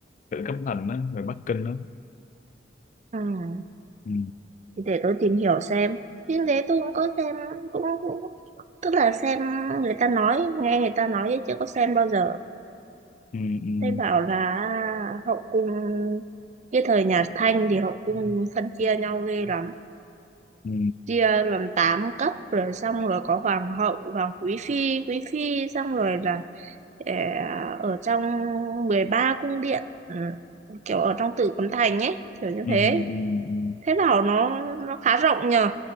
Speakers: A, on the left (about 40°); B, on the right (about 40°).
A: Tử Cấm Thành á về Bắc Kinh á
B: ừ.
A: ừ,
B: thì để tôi tìm hiểu xem phim đấy tôi cũng có xem cũng, cũng tức là xem người ta nói nghe người ta nói chứ chưa có xem bao giờ
A: ừ, ừ,
B: thấy bảo là hậu cung cái thời nhà Thanh thì hậu cung phân chia nhau ghê lắm
A: ừ,
B: chia làm 8 cấp rồi xong rồi có hoàng hậu hoàng quý phi quý phi xong rồi là Ờ, ở trong 13 cung điện ừ, kiểu ở trong Tử Cấm Thành ấy kiểu như
A: ừ,
B: thế
A: ừ, ừ,
B: thế đảo nó nó khá rộng nhờ